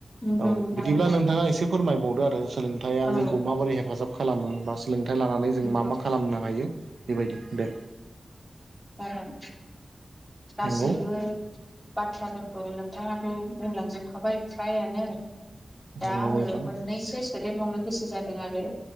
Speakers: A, in the centre; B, on the right.
A: नंगौ
B: औ
A: नोंथां
B: बिदिब्ला
A: नंगौ
B: नोंथाङा एसे फोरमायबावदो आरो सोलोंथाइया
A: औ
B: जोंखौ माबोरै हेफाजाब खालामो बा सो थाइ लानानै जों
A: नंगौ
B: मा मा खालामनो हायो बेबायदि दे
A: बागाद गासैबो
B: नंगौ
A: बाथ्राफोर औ नोंथाङाथ' बुंलांजोबखाबाय फ्रायानो दा
B: नंगौ
A: आङो
B: नोंथां
A: मोननैसो सो होदेर बावनो गोसो जादों आरो